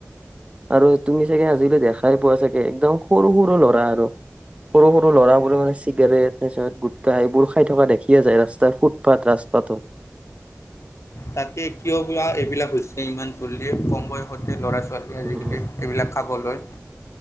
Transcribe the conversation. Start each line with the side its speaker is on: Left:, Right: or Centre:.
Right: আৰু তুমি চাগে আজিলৈ দেখাই পোৱা চাগে একদম সৰু সৰু ল'ৰা আৰু সৰু সৰু ল'ৰাবোৰে মানে চিগাৰেট নিচ গুটকা এইবোৰ খাই থকা দেখিয়ে যায় ৰাস্তাই ফুটপাথ ৰাস্তাটো <inaudible>
Left: তাকে কিয় বাোৱা এইবিলাক হৈছে ইমান চলে কম বয়সতে ল'ৰা ছোৱাল ছোৱালী আজিকালি
Right: উম
Left: এইবিলাক খাবলৈ